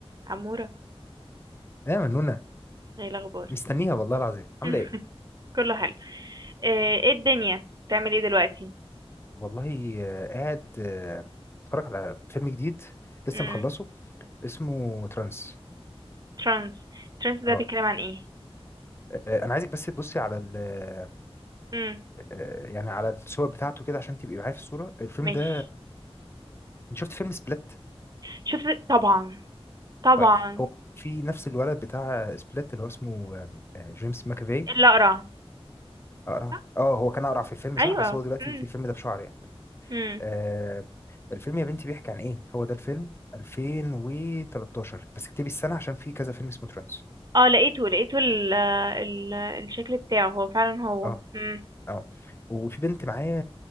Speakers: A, on the right; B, on the left.
A: عمورة
B: ايه يا منونة
A: ايه الاخبار
B: مستنيها والله العظيم
A: <laughs>
B: عاملة ايه؟
A: كله حلو آه، ايه الدنيا بتعمل ايه دلوقتي
B: والله آه، قاعد آه، بتفرج على فيلم جديد لسه
A: امم
B: مخلصه اسمه ترانس
A: ترانس ترانس ده
B: اه
A: بيتكلم عن ايه
B: آه، انا عايزك بس تبصي على ال آه،
A: امم
B: آه، يعني على الصور بتاعته كده عشان تبقي معايا في الصورة الفيلم
A: ماشي
B: ده انت شفت فيلم سبليت
A: شفت طبعا طبعا
B: طيب هو في نفس الولد بتاع سبليت اللي هو اسمه آه، آه، جيمس ماكافي
A: إيه اللي اقرع
B: اقرع
A: صح؟
B: اه هو كان اقرع في الفيلم صح
A: ايوه
B: بس
A: امم
B: هو دلوقتي في الفيلم ده بشعر يعني
A: امم
B: آه الفيلم يا بنتي بيحكي عن ايه هو ده الفيلم 2013 بس اكتبي السنة عشان في كذا فيلم اسمه ترانس
A: اه لقيته لقيته ال ال الشكل بتاعه هو فعلا هو
B: اه
A: امم
B: اه وفي بنت معايا